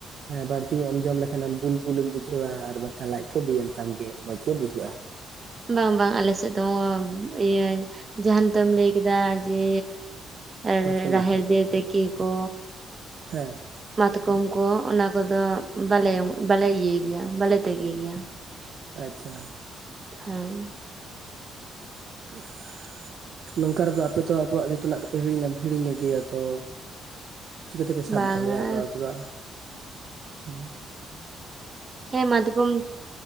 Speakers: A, on the right; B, on the right.
A: ᱵᱟᱹᱲᱛᱤ ᱮᱢ ᱡᱚᱢ ᱞᱮᱠᱷᱟᱱᱢ ᱵᱩᱞ ᱵᱩᱞᱮᱢ ᱵᱩᱡᱷᱟᱹᱣᱟ ᱟᱨ ᱵᱟᱠᱷᱟᱱ ᱞᱟᱡ ᱠᱚ ᱵᱤᱭᱮᱱ ᱛᱟᱢ ᱜᱮ ᱢᱚᱸᱡᱽ ᱜᱮ ᱵᱩᱡᱷᱟᱹᱜᱼᱟ
B: ᱵᱟᱝ ᱵᱟᱝ ᱟᱞᱮᱥᱮᱫ ᱫᱚ ᱤᱭᱟᱹ ᱡᱟᱦᱟᱸ ᱱᱤᱛ ᱮᱢ ᱞᱟᱹᱭ ᱠᱮᱫᱟ ᱡᱮ ᱟᱨ
A: ᱢᱟᱛᱠᱚᱢ
B: ᱨᱟ ᱨᱟᱦᱮᱨ
A: ᱞᱟᱴᱷᱮ
B: ᱫᱟᱹᱞ ᱛᱮᱠᱮ ᱠᱚ
A: ᱦᱮᱸ
B: ᱢᱟᱛᱠᱚᱢ ᱠᱚ ᱚᱱᱟ ᱠᱚᱫᱚ ᱵᱟᱞᱮ ᱵᱟᱞᱮ ᱤᱭᱟᱹᱭ ᱜᱮᱭᱟ ᱵᱟᱞᱮ ᱛᱮᱜᱮ ᱜᱮᱭᱟ
A: ᱟᱪᱷᱟ
B: ᱦᱮᱸ
A: <unintelligible> ᱱᱚᱝᱠᱟ ᱨᱮᱫᱚ ᱟᱯᱮ ᱫᱚ ᱟᱵᱚᱣᱟᱜ ᱡᱚᱛᱚᱱᱟᱜ ᱜᱮᱯᱮ ᱦᱤᱲᱤᱧᱟ ᱦᱤᱲᱤᱧ ᱤᱫᱤᱭᱟ ᱛᱚ ᱪᱤᱠᱟᱹᱛᱮᱯᱮ ᱥᱟᱵ
B: ᱵᱟᱝᱟ
A: ᱫᱚᱦᱚᱭᱟ ᱱᱚᱣᱟ ᱠᱚᱫᱚ ᱦᱸ
B: ᱦᱮᱸ ᱢᱟᱛᱠᱚᱢ